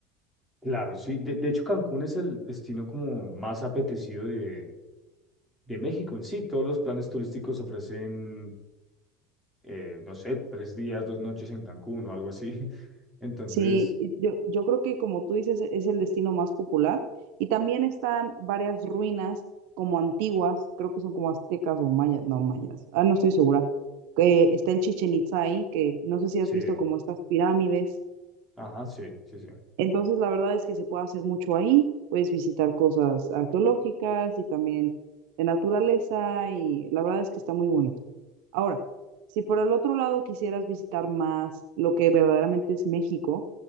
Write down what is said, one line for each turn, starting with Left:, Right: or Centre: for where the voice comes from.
Centre: Claro, sí. De, de hecho, Cancún es el destino como más apetecido de, de México en sí. Todos los planes turísticos ofrecen, eh, no sé, tres días, dos noches en Cancún o algo así. <laughs> Entonces,
Right: Sí, y yo, yo creo que como tú dices, e- es el destino más popular. Y también están varias ruinas como antiguas, creo que son como aztecas o mayas, no mayas, ah, no estoy segura. que está el Chichen Itzá ahí, que no sé si
Centre: sí,
Right: has visto como estas pirámides.
Centre: ajá, sí, sí, sí.
Right: Entonces, la verdad es que se puede hacer mucho ahí, puedes visitar cosas arqueológicas y también de naturaleza y la verdad es que está muy bonito. Ahora, si por el otro lado quisieras visitar más lo que verdaderamente es México,